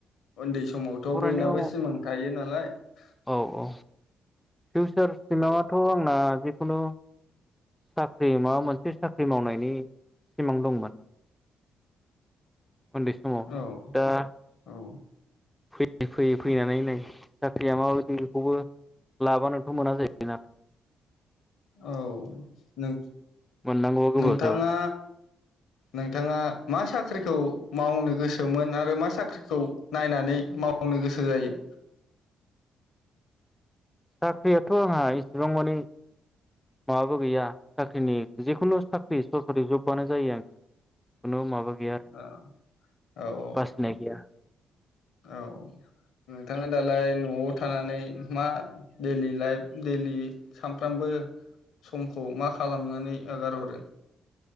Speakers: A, on the left (about 65°); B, in the centre.
A: ओन्दै स समावथ'
B: फरायनायाव
A: बयनाबो सिमां थायो नाल <unintelligible>
B: औ औ फिउचार सिमांआथ' आंना। खुनु साख्रि माबा मोनसे साख्रि मावनायनि सिमां दंमोन। उन्दै समावहाय
A: औ
B: दा।
A: औ
B: फैयै फैयै फैनानै नै साख्रिया माबायदि बेखौबो लाबानोथ' मोना जायबाय ना।
A: औ नों
B: मोननांगौआ गोब्राब
A: नोंथाङा
B: जाबाय
A: नोंथाङा मा साख्रि? ख्रिखौ मावनो गोसोमोन आरो मा साख्रिखौ नायनानै मावनो गोसो जायो?
B: साख्रियाथ' आंहा इसेबां माने माबाबो गैया साख्रिनि जिखुनु साख्रि सरखारि जबानो जायो आंनि थाखाय खुनु माबा गैया आरो
A: अ औ
B: बासिनाय गैया
A: औ नोंथाङा दालाय न'आव थानानै मा दैलि लाइफ दैलि सामफ्रामबो समखौ मा खालामनानै ओगारहरो?